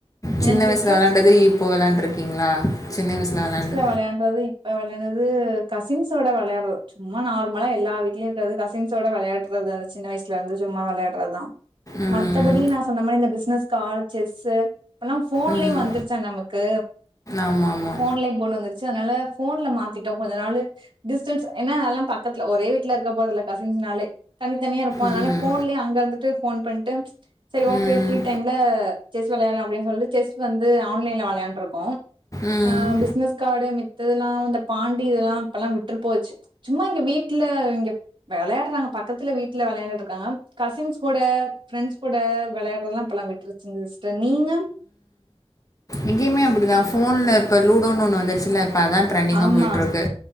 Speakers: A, on the right; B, on the left.
A: என்னங்க
B: சின்ன
A: சிஸ்டர்
B: வயிஸ்ல வெளாண்டது இப்போ வெளாண்ருக்கீங்ளா சின்ன வயிஸ்ல வெளாண்டு
A: விளாண்ரதுப் இப்போ விளையாண்டது கசின்ஸோட விளையாட்ரு சும்மா நார்மலா எல்லா வீட்லேயு இருக்கர்து கசின்ஸோட வெளையா ற்றது அந்த சின்ன வயிஸ்லெந்து சும்மா வெளையாட்றது தாம்
B: ம்.
A: மத்தபடி நா சொன்ன மரி இந்த பிஸ்னஸ் கார்டு செஸ்சி இப்பன்னா போன்லேயு
B: ம்.
A: வந்துருச்சா நமக்கு
B: ஆமாமா.
A: போன்லேயு போணு வந்து ச்சி அதனால போன்ல மாத்திட்டோ கொஞ்சோ நாளு டிஸ்டன்ஸ் ஏனா அதெலா பக்கத்துல ஒரே வீட்ல இருக்க போறதுல்ல கசின்ஸ்னாலே தனித்தனியா இருப்போ அதனால
B: ம்.
A: போன்லேயே அங்க இருந்துட்டு போன் பண்ட்டு செரி ஓகே
B: ம்.
A: ஃப்ரீ டைம்ல செஸ் வெளையாடலா அப்டின் சொல்ட்டு செஸ் வந்து ஆன்லைன்ல வெளையாண்ருக்கோம்
B: ம்.
A: ஆம் பிஸ்னஸ் கார்டு மி த்ததுலா இந்த பாண்டி இதலா இப்பலா விட்று போச்சி சும்மா இங்க வீட்ல இங்கேப் வெளையாடுறாங்க பக்கத்துல வீட்ல வெளையான்டுட்ருக்காங்க கசின்ஸ் கூட ப்ரெண்ட்ஸ் கூட வெளையாடுறதுலா இப்பலா விட்ரு சரிங் சிஸ்டர் நீங்க
B: இங்கேயமே அப்டிதா போன்ல இப்போ லூடோனு ஒன்னு வந்துருச்சுல்ல இப்ப அதா டிரெண்டிங்கா
A: ஆமா
B: போயிட்டு இருக்கு